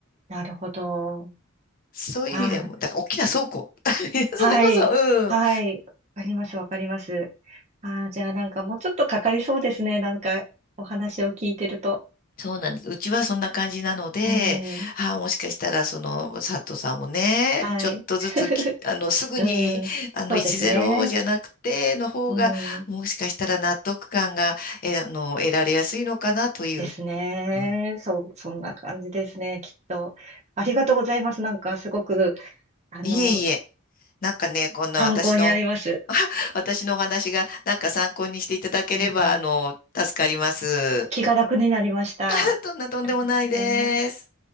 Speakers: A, on the right; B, on the left.
A: なるほど。
B: そういう意味でも、
A: あー、
B: だから大きな倉庫。<laughs> それこそ、
A: はい。
B: うん、
A: はい。わかります、わかります。あー、じゃあなんかもうちょっとかかりそうですね。なんかお話を聞いてると。
B: そうなんです。うちはそんな感じなので、
A: うん。
B: ああ、もしかしたら、その、佐藤さんもね、
A: はい。
B: ちょっとずつき、
A: <laughs>
B: あの、すぐに、
A: うん。
B: あの、
A: そうですね。
B: 1-0じゃなくて、の方が、
A: うん。
B: もしかしたら納得感が、えあの、得られやすいのかなという。
A: ですね。
B: うん。
A: そう、そんな感じですね。きっと。ありがとうございます。なんかすごく、あの、
B: いえいえ、なんかね、こんな私の、
A: 参考になります。
B: <laughs> あ私のお話が、なんか参考にしていただければ、
A: うん
B: あの、助かります。
A: 気が楽になりました。
B: <laughs> あ、どんなとんでもないです。
A: ありがとうございます。